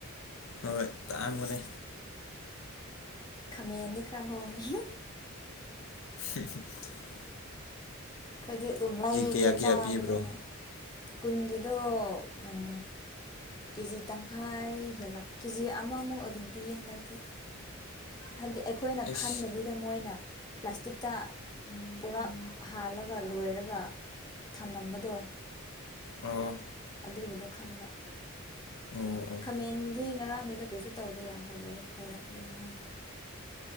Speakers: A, on the left (about 70°); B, on the left (about 20°).
A: ꯍꯣꯏ ꯇꯥꯛꯕꯅꯦ
B: ꯈꯥꯃꯦꯟꯗꯤ ꯈꯔ ꯍꯣꯡꯉꯦ
A: ꯍ <inaudible>
B: ꯑꯈꯣꯏꯗꯤ ꯑꯗꯨꯝ ꯂꯩꯔꯒ
A: ꯀꯌꯥ ꯀꯌꯥ
B: ꯆꯥꯕꯅꯤꯅ
A: ꯄꯤꯕ꯭ꯔꯣ
B: ꯀꯨꯟꯒꯤꯗꯣ ꯑꯝ ꯀꯦꯖꯤ ꯇꯪꯈꯥꯏ ꯍꯦꯜꯂꯛ ꯀꯦꯖꯤ ꯑꯃꯃꯨꯛ ꯑꯗꯨꯝ ꯄꯤꯌꯦ ꯍꯟꯗꯛꯇꯤ ꯍꯥꯗꯤ ꯑꯩꯈꯣꯏꯅ
A: ꯑꯩꯁ
B: ꯈꯟꯗꯕꯤ ꯃꯣꯏꯅ ꯄ꯭ꯂꯥꯁꯇꯤꯛꯇ ꯑꯝ ꯄꯨꯔꯛ ꯍꯥꯜꯂ ꯒ ꯂꯣꯏꯔꯒ ꯊꯝꯂꯝꯕꯗꯣ
A: ꯑꯝ
B: ꯑꯗꯨꯒꯤꯗꯣ ꯈꯟꯕ
A: ꯑꯣ ꯑꯣ
B: ꯈꯥꯃꯦꯟꯒꯤ ꯉꯔꯥꯡꯈꯩꯗꯣ ꯀꯩꯁꯨ ꯇꯧꯗꯦ ꯌꯥꯝ ꯐꯖꯩ ꯂꯩꯔꯛꯄꯗꯣ ꯉꯔꯥꯡ